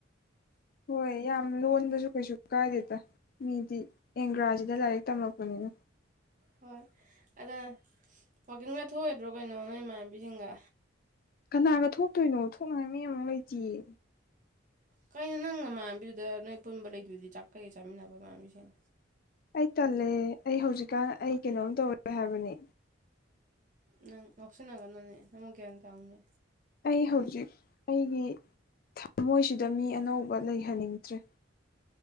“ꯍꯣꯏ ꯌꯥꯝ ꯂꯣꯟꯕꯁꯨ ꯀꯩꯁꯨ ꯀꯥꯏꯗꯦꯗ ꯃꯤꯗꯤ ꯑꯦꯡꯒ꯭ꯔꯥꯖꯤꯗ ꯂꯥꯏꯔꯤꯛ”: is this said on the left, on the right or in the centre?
Left